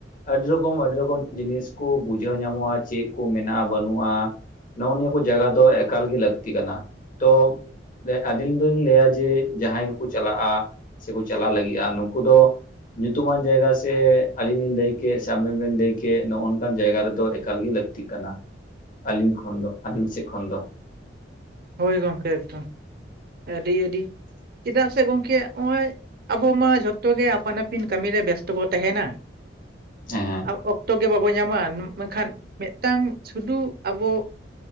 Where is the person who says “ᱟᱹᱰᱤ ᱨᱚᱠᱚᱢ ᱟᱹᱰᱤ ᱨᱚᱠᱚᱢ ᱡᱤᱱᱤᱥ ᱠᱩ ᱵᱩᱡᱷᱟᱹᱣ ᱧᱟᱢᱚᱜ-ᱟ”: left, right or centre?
Left